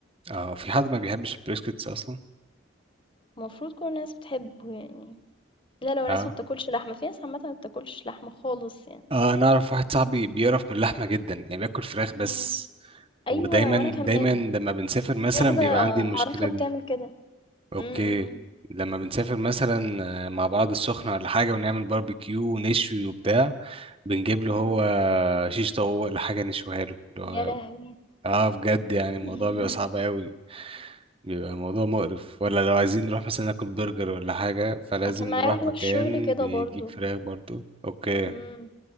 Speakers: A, on the right; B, on the left.
A: أه في حد ما بيحبش البريسكتس أصلا؟
B: المفروض كل الناس بتحبه يعني، إلّا لو ناس
A: أه
B: ما بتاكلش لحمة، في ناس عامةً ما بتاكلش لحمة خالص يعني.
A: آه، أنا أعرف واحد صاحبي بيقرف من اللحمة جدا يعني بياكل فراخ بس
B: إمم.
A: ودايما
B: أيوه وأنا كمان،
A: دايما لما بنسافر مثلا
B: في واحدة
A: بيبقى عندي المشكلة
B: أعرفها
A: دي
B: بتعمل كده.
A: اوكي
B: إمم، إمم،
A: لما بنسافر مثلا آه، مع بعض السخنة ولا حاجة ونعمل باربيكيو ونشوي وبتاع بنجيب له
B: إمم،
A: هو
B: إمم.
A: شيش طاووق ولا حاجة نشويها له اللي هو-
B: يا لهوي!
A: اه بجد يعني
B: <laughs>
A: الموضوع بيبقى صعب قوي بيبقى الموضوع مقرف ولا لو عايزين نروح مثلا ناكل برجر ولا حاجة فلازم
B: أنا كان
A: نروح
B: معايا واحدة
A: مكان
B: في الشغل كده
A: بيجيب
B: برضه.
A: فراخ برضو اوكي
B: إمم.